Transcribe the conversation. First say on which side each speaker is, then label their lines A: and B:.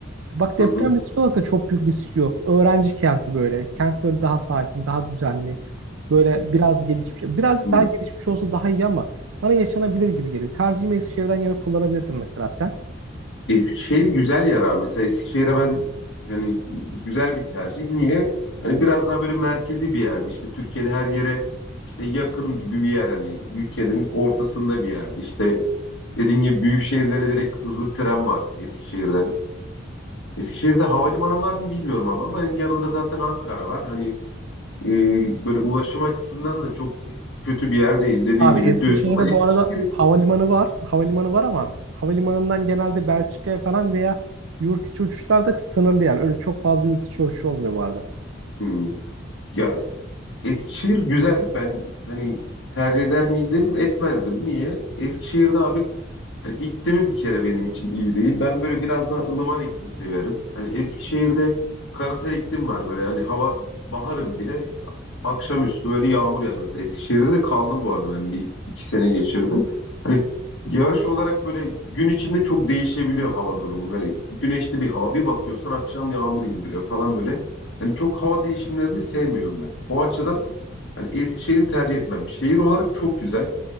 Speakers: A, on the right (about 80°); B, on the left (about 80°).
A: Bak deprem
B: Hı hı.
A: riski olarak da çok büyük risk yok. Öğrenci kenti böyle. Kent böyle daha sakin, daha düzenli. Böyle biraz gelişmiş. Birazcık
B: Hı.
A: daha gelişmiş olsa daha iyi ama bana yaşanabilir gibi geliyor. Tercihimi Eskişehir'den yana kullanabilirdim mesela sen.
B: Eskişehir güzel yer abi. Mesela Eskişehir'e ben hani güzel bir tercih. Niye? Hani biraz daha böyle merkezi bir yerde. İşte Türkiye'de her yere işte yakın gibi bir yer. Hani ülkenin ortasında bir yerde. İşte dediğim gibi büyük şehirlere direkt hızlı tren var Eskişehir'den. Eskişehir'de havalimanı var mı bilmiyorum abi ama yanında zaten Ankara var. Hani e, böyle ulaşım açısından da çok kötü bir yer değil. Dediğin
A: Abi
B: gibi
A: Eskişehir'e
B: düz ama Eskişehir
A: bu arada havalimanı var. Havalimanı var ama havalimanından genelde Belçika'ya falan veya yurt içi uçuşlar da sınırlı yani. Öyle çok fazla yurt içi uçuşu olmuyor bu arada.
B: Hmm. Ya Eskişehir güzel. Ben hani tercih eder miydim? Etmezdim. Niye? Eskişehir'de abi Hani iklimi bir kere benim için iyi değil. Ben böyle biraz daha ılıman iklim severim. Hani Eskişehir'de karasal iklim var böyle hani hava baharın bile akşamüstü böyle yağmur yağar. Mesela Eskişehir'de de kaldım bu arada ben bir iki sene geçirdim. Hani yağış olarak böyle gün içinde çok değişebiliyor hava durumu. Böyle güneşli bir hava bir bakıyorsun akşam yağmur indiriyor falan böyle. Hani çok hava değişimlerini sevmiyorum ben. O açıdan hani Eskişehir'i tercih etmem. Şehir olarak çok güzel.